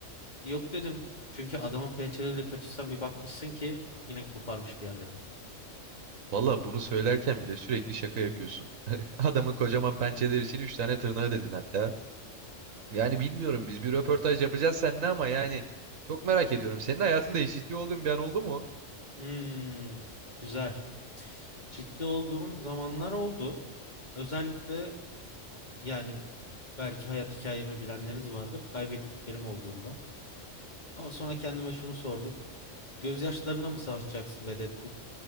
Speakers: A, on the left; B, on the right.
A: Yok dedim çünkü adamın pençeleriyle kaşırsan bir bakmışsın ki yine koparmış bir yerlerini.
B: Valla bunu söylerken bile sürekli şaka yapıyorsun. <laughs> Adamın kocaman pençeleri için 3 tane tırnağı dedin hatta. Yani bilmiyorum biz bir röportaj yapacağız seninle ama yani çok merak ediyorum. Senin hayatında eşitliği olduğun bir an oldu mu
A: Hmm, güzel. Ciddi olduğum zamanlar oldu. Özellikle yani belki hayat hikayemi bilenleriniz vardır. Kaybettiklerim olduğunda. Ama sonra kendime şunu sordum. Gözyaşlarına mı savaşacaksın be Deadpool?